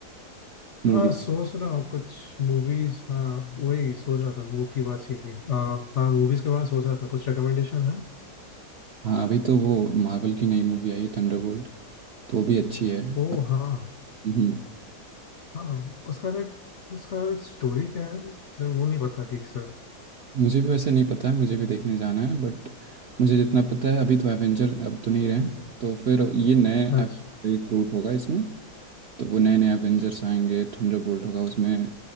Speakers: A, on the right; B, on the left.
A: मूवी
B: हाँ सोच रहा हूँ कुछ मूवीज हाँ वही सोच रहा था मूव की बात छीन ली आ, हाँ मूवीज के बारे में सोच रहा था कुछ रिकमेंडेशन है
A: हाँ अभी तो वो मार्वल की नई मूवी आई है थंडरबोल्ट तो वो भी अच्छी है
B: ओ
A: अब
B: हाँ
A: हम्म,
B: हाँ उसका ना उसका स्टोरी क्या है मुझे वो नहीं पता ठीक से
A: मुझे भी वैसे नहीं पता है मुझे भी देखने जाना है बट मुझे जितना पता है अभी तो एवेंजर अब तो नहीं रहे तो फिर ये नए
B: अच्छा
A: रिक्रूट होगा इसमें तो वो नए नए एवेंजर्स आएंगे थंडरबोल्ट होगा उसमें